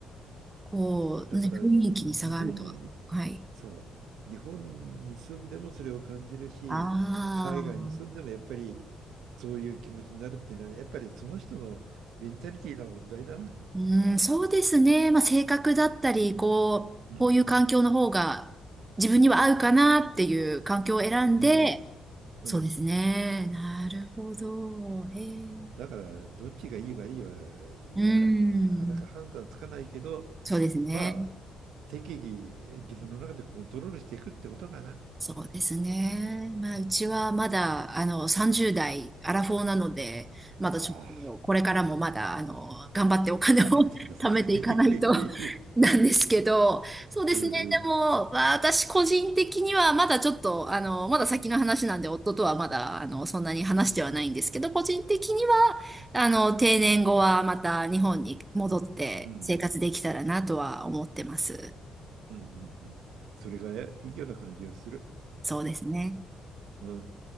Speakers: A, on the right; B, on the right.
A: こう、
B: だから日本に、
A: ね、雰囲気に差があるとは。はい。
B: そう、日本に住んでもそれを感じるし、
A: ああ。
B: 海外に住んでもやっぱりそういう気持ちになるっていうのは、やっぱりその人のメンタリティの問題だな。
A: うん、そうですね。まあ、性格だったり、こう、
B: うん、
A: こういう環境の方が自分には合うかなっていう環境を選んで、
B: うん、うん、
A: そうですね。
B: うん。
A: なるほど。へえ。
B: だから、どっちがいい悪いは、
A: うん。
B: あの、なかなか判断つかないけど、
A: そうですね。
B: は適宜自分の中でコントロールしていくってことかな。
A: そうですね。まあ、うちはまだ、あの、30代、アラフォーなので、まだちょっと、
B: ああ、
A: これからもまだ、あの、頑張ってお金を
B: 頑張ってください。
A: <laughs> 貯めていかないと <laughs> なんですけど、
B: <laughs>
A: そうですね。
B: うんうん。
A: でも、まあ私個人的には、まだちょっと、あの、まだ先の話なんで、夫とはまだ、あの、そんなに話してはないんですけど、個人的には、あの、定年後はまた日本に戻って生活できたらなとは思ってます。
B: うんうんうんうん。それがいいような感じがする。
A: そうですね。
B: うん。